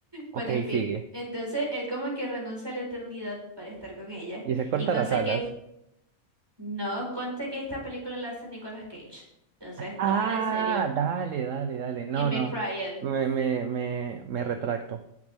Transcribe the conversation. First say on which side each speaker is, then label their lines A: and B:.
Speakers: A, on the right; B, on the right.
A: Ok,
B: Bueno, en fin.
A: sigue.
B: Entonces él como que renuncia a la eternidad para estar con ella.
A: Y se corta
B: Y conste
A: las alas.
B: que es- no, conste que esta película la hace Nicolas Cage. Entonces,
A: Ah,
B: tómala en serio.
A: dale, dale, dale. No,
B: Y me
A: no.
B: Ryan.
A: Me, me, me, me retracto.